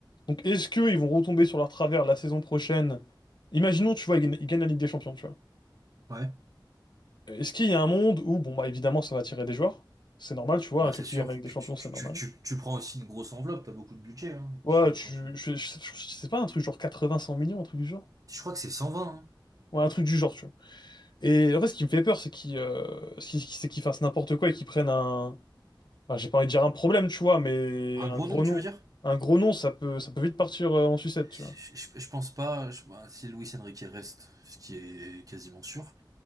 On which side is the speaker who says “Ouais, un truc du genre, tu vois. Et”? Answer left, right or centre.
Left